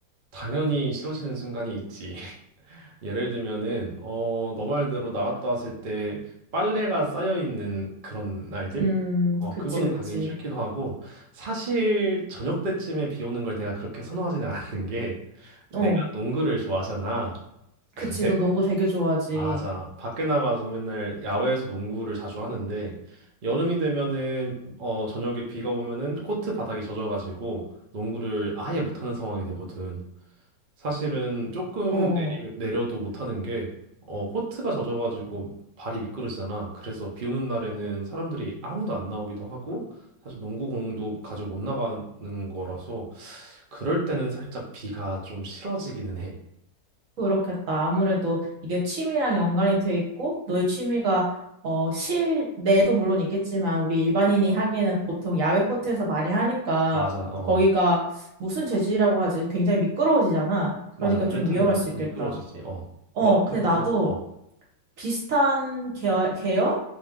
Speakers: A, on the right; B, on the right.
A: 당연히 싫어지는 순간이 있지. <laughs> 예를 들면은 어, 너 말대로 나갔다 왔을 때 빨래가 쌓여 있는 그런 날들?
B: 음,
A: 어,
B: 그치
A: 그거는
B: 그치.
A: 당연히 싫기도 하고 사실 저녁 때쯤에 비 오는 걸 내가 그렇게 선호하지는 않는 게 내가
B: 어,
A: 농구를 좋아하잖아. <laughs> 근데
B: 그치 너 농구 되게 좋아하지.
A: 맞아. 밖에 나가서 맨날 야외에서 농구를 자주 하는데 여름이 되면은 어, 저녁에 비가 오면은 코트 바닥이 젖어가지고 농구를 아예 못하는 상황이 되거든. 사실은 조금
B: 어.
A: 내리,
B: 어.
A: 내려도 못하는 게 어, 코트가 젖어가지고 발이 미끄러지잖아. 그래서 비 오는 날에는 사람들이 아무도 안 나오기도 하고 사실 농구공도 가지고 못 나가는 거라서 그럴 때는 살짝 비가 좀 싫어지기는 해.
B: 그렇겠다. 아무래도 이게 취미랑 연관이 돼 있고, 너의 취미가 어, 실내도 물론 있겠지만, 우리 일반인이 하기에는 보통 야외 코트에서 많이 하니까,
A: 맞아, 어,
B: 거기가 무슨 재질이라고 하지? 굉장히 미끄러워지잖아. 그러니까
A: 맞아. 우레탄이라서
B: 좀 위험할 수
A: 좀
B: 있겠다.
A: 미끄러지지. 어,
B: 어,
A: 너
B: 근데
A: 그러면
B: 나도
A: 어,
B: 비슷한 계열, 계열?